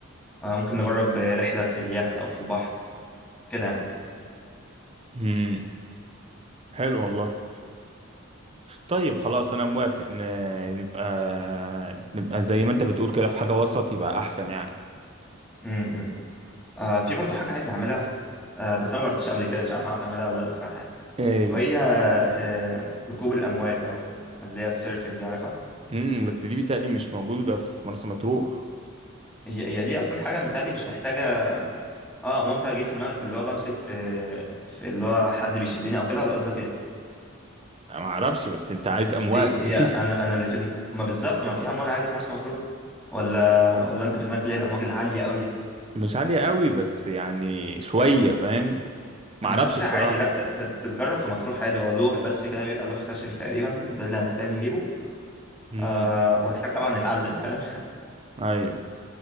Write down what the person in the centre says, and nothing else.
آه، ممكن نجرب آه، رحلة في اليخت أو في البحر كده يعني.
م -م. آه، في برضه حاجة عايز أعملها آه، بس أنا مجربتش قبل كده مش عارف أعرف أعملها ولا لأ بصراحة يعني.
وهي آه، ركوب الامواج او اللي هي السيرفنج دي عارفها
هي هي دي اصلا حاجه متهيألي مش محتاجه اه وانت جه في دماغك اللي هو بمسك في في اللي هو حد بيشدني او كده ولا قصدك ايه
هي هي
انا انا اللي في دم... ما بالظبط ما في امواج عادي في مرسى مطروح ولا ولا انت في دماغك اللي هي الامواج العاليه قوي دي
انا
حاسسها
عادي لا ت- ت- تتجرب في مطروح عادي هو لوح بس كده بيبقى لوح خشبي تقريبا ده اللي هنحتاج نجيبه
آه ونحتاج طبعا نتعلم فاهم